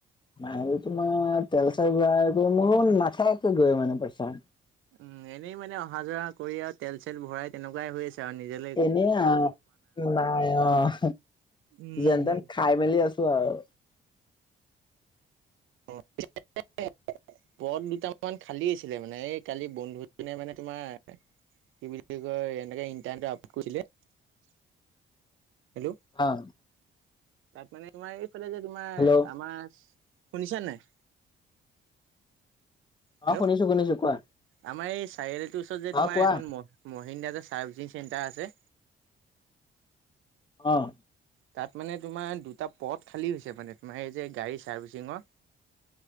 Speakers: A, on the left; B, on the right.
A: মাহিলী তোমাৰ তেল চেল ভৰাই মোৰ নাথাকেগৈ পইছা।
B: উম, এনেই মানে অহা যোৱা কৰি আৰু তেল চেল ভৰাই তেনেকুৱাই হৈ আছে আৰু নিজে
A: এনেই অ' নাই অ'
B: উম।
A: যেনতেন খাই মেলি আছোঁ আৰু।
B: <unintelligible> পদ দুটা অকমান খালী আছিলে মানে এই কালি বন্ধুজনে মানে তোমাৰ কি বুলি কয়, এনেকে ইণ্টাৰনেট আপলোড কৰিছিলে। হেল্ল'।
A: অ'।
B: তাত মানে তোমাৰ এইফালে যে তোমাৰ
A: হেল্ল'
B: আমাৰ, শুনিছা নাই? হেল্ল'।
A: অ শুনিছো শুনিছো কোৱা
B: আমাৰ এই চাৰিআলিটোৰ ওচৰত যে তোমাৰ
A: অ কোৱা
B: এখন মহ মহিন্দ্ৰা যে চাৰ্ভিচিং চেণ্টাৰ আছে
A: অ'।
B: তাত মানে তোমাৰ দুটা পদ খালী হৈছে, মানে তোমাৰ এই যে গাড়ী চাৰ্ভিচিঙৰ।